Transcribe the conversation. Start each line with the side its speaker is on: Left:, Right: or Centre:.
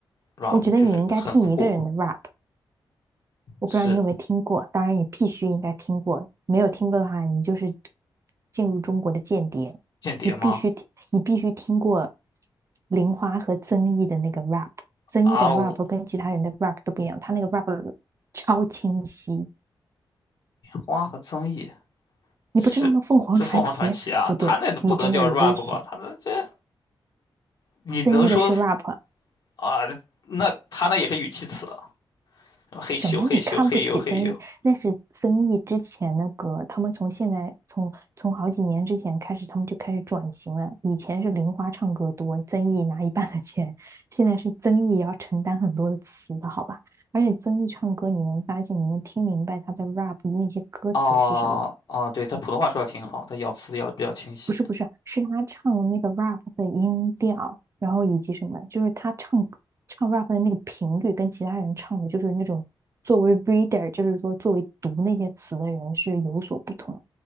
Left: rap，
Right: 我觉得你应该听一个人的
Left: 就是很酷，
Right: rap，我不知道你有没有听过，
Left: 是
Right: 当然你必须应该听过，没有听过的话，你就是进入中国的间谍。
Left: 间谍吗？
Right: 你必须听，你必须听过玲花和曾毅的那个 rap，曾毅的
Left: 啊呜，
Right: rap 跟其他人的 rap 都不一样，他那个 rap 超清晰，
Left: 花和曾毅
Right: 你不知道吗？
Left: 是这凤凰传奇啊，
Right: 凤凰传奇不对，
Left: 他那都不能叫
Right: 你真的有危险。
Left: rap 吧？他那这你能说
Right: 曾毅的是 rap，
Left: 啊？那他那也是语气词。嘿咻嘿咻嘿呦嘿呦。
Right: 什么？你看不起曾毅？那是曾毅之前的歌，他们从现在从从好几年之前开始，他们就开始转型了。以前是玲花唱歌多，曾毅拿一半的钱，现在是曾毅也要承担很多的词的，好吧？而且曾毅唱歌，你能发现，你能听明白他在 rap 那些歌词是什么。
Left: 哦哦，对，他普通话说的挺好，他咬词咬的比较清晰。
Right: 不是不是，是他唱那个 rap 的音调，然后以及什么，就是他唱唱 rap 的那个频率跟其他人唱的，就是那种作为 reader，就是说作为读那些词的人是有所不同。